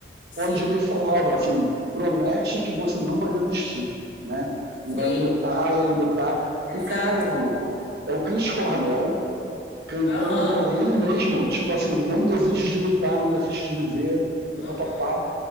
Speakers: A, on the left; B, on the right.
A: sim,
B: onde ele falava assim, promete que você não vai desistir, né?
A: sim,
B: E vai lutar e lutar.
A: exato.
B: E caralho, maluco, é o Chris Cornell cantando
A: Aham,
B: para ele mesmo, tipo assim, não desiste de lutar, não desiste de viver,
A: uhum,
B: e papapá.